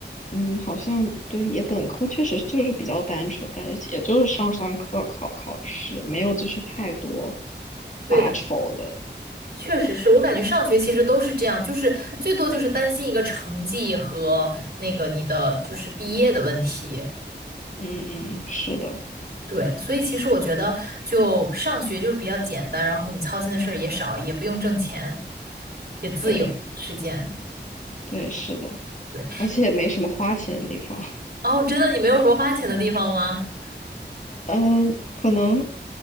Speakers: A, on the left; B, on the right.
A: 嗯，好像对，也本科确实就是比较单纯，感觉也就是上上课、考考试，没有就是太多
B: 对的。
A: 发愁的。
B: 确实是我感觉上学其实都是这样，就是最多就是担心一个成绩和那个你的就是毕业的问题。
A: 嗯嗯，是的，
B: 对，所以其实我觉得就上学就是比较简单，然后你操心的事儿也少，也不用挣钱，也自由时间。
A: 对对是的，
B: 对，
A: 而且也没什么花钱的地方。
B: 哦，真的你没有什么花钱的地方吗？
A: 嗯，可能